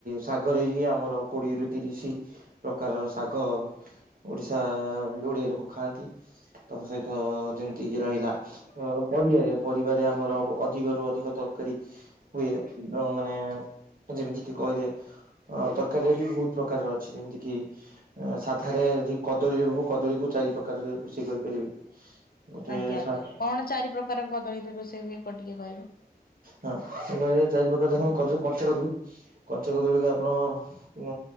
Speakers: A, on the right; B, on the left.
A: ଶାଗରେ ହି ଆମର କୋଡ଼ିଏ ରୁ ତିରିଶି ପ୍ରକାରର ଶାଗ ଓଡ଼ିଶା ଓଡ଼ିଆ ଲୋକ ଖାଆନ୍ତି। ତମ ସହିତ ଯେମିତି କିଏ ରହିଲା ପରିବାରେ ପରିବାରେ ଆମର ଅଧିକରୁୁ ଅଧିକ ତରକାରୀ ହୁଏ। ତ ମାନେ ଯେମିତି କିି କହିଲେ ଅ ତରକାରୀରେ ବି ବହୁତ ପ୍ରକାରର ଅଛି ଯେମିତି କିି ସାଧାରେ ଯଦି କଦଳୀରେ ବହୁ କଦଳୀକୁ ଚାରି ପ୍ରକାର ରୋଷେଇ କରିପାରିବେ। ଗୋଟେ
B: ଆଜ୍ଞା
A: ସା
B: ଆଜ୍ଞା କଣ ଚାରି ପ୍ରକାର କଦଳୀରେ ରୋଷେଇ ହୁଏ କଣ ଟିକେ କହିବେ?
A: ହଁ ଚାରି ପ୍ରକାର ଦେଖନ୍ତୁକଦଳୀ କଞ୍ଚା କଦଳୀ କଞ୍ଚା କଦଳୀକୁ ଆପଣ ଉ